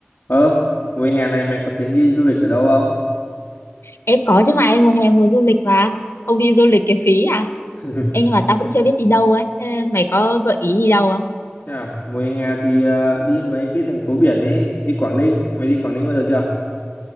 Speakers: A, on the left; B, on the left.
A: Ờ, mùa hè này mày có tính đi du lịch ở đâu không?
B: Ê có chứ mà em mùa hè mùa du lịch mà Không đi du lịch cái phí à
A: <laughs>
B: Em nhưng mà tao cũng chưa biết đi đâu ấy Ê, Mày có gợi ý gì đâu không
A: Thế à, mùa hè thì ờ, đi mấy cái thành phố biển ấy, đi Quảng Ninh, mày đi Quảng Ninh bao giờ chưa?